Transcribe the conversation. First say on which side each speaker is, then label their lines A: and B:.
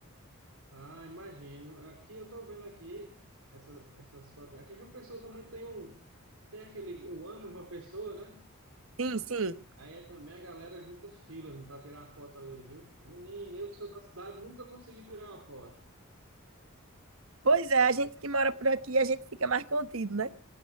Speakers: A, on the right (about 80°); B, on the right (about 70°).
A: Ah, imagino. Aqui eu tô vendo aqui essas, essas fotos. Aqui em João Pessoa também tem um, tem aquele, eu amo João Pessoa, né?
B: Sim, sim.
A: Aí é também a galera junta fila para tirar foto ali, viu? Menino, eu que sou da cidade nunca consegui tirar uma foto.
B: Pois é, a gente que mora por aqui, a gente fica mais contido, né?